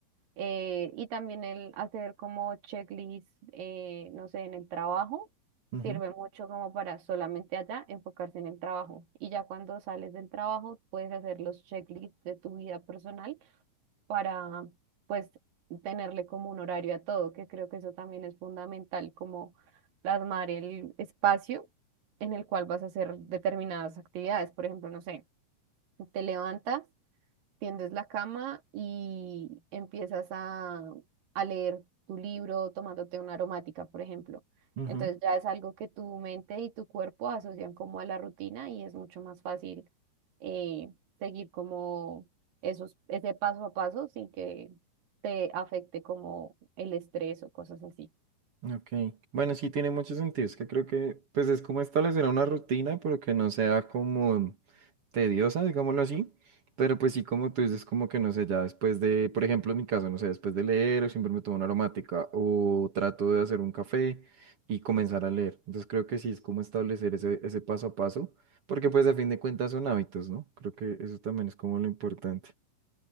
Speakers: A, on the right; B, on the right.
A: eh, y también el hacer como checklist, eh, no sé, en el trabajo,
B: Ujú,
A: sirve mucho como para solamente allá enfocarse en el trabajo. Y ya cuando sales del trabajo, puedes hacer los checklists de tu vida personal para, pues, tenerle como un horario a todo, que creo que eso también es fundamental, como plasmar el espacio en el cual vas a hacer determinadas actividades. Por ejemplo, no sé, te levantas tiendes la cama y empiezas a, a leer tu libro tomándote una aromática, por ejemplo.
B: ujú.
A: Entonces ya es algo que tu mente y tu cuerpo asocian como a la rutina y es mucho más fácil eh, seguir como esos, ese paso a paso sin que te afecte como el estrés o cosas así.
B: Ok, bueno, sí tiene mucho sentido, es que creo que pues es como establecer una rutina, pero que no sea como tediosa, digámoslo así, pero pues sí como tú dices, como que no sé, ya después de, por ejemplo, en mi caso, no sé, después de leer, siempre me tomo una aromática o trato de hacer un café y comenzar a leer, entonces creo que sí es como establecer ese, ese paso a paso, porque pues a fin de cuentas son hábitos, ¿no? Creo que eso también es como lo importante.